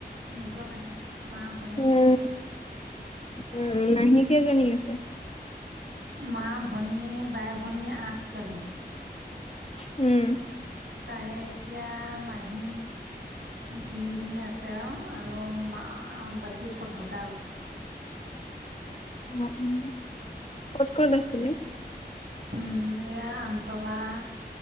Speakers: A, on the right (about 70°); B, on the left (about 35°).
A: নিজৰ মাহী মা ভ
B: উম উম মাহী কেইজনী আছে?
A: মা ভনী, বাই-ভনী আঠজনীয়ে।
B: উম।
A: তাৰে এতিয়া মাহী তিনিজনী আছে। তেওঁ আৰু মা বাকী চব ঢুকাল।
B: ও ওম, ক'ত ক'ত আছিলে?
A: উম এয়া আমতলা,